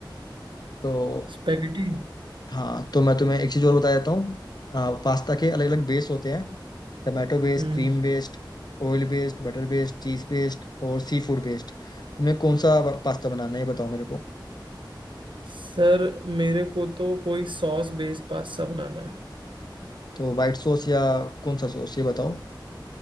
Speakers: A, on the left; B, on the right.
A: तो
B: स्पेगेटी
A: हाँ तो मैं तुम्हें एक चीज़ और बता देता हूँ पास्ता के अलग अलग बेस होते हैं Tomato based
B: हम्म
A: cream based oil based butter based cheese based और सी फूड बेस्ड तुम्हें कौन सा पास्ता बनाना है ये बताओ मेरे को
B: सर मेरे को तो कोई सॉस बेस्ड पास्ता बनाना है
A: तो वाइट सॉस या कौन सा सॉस ये बताओ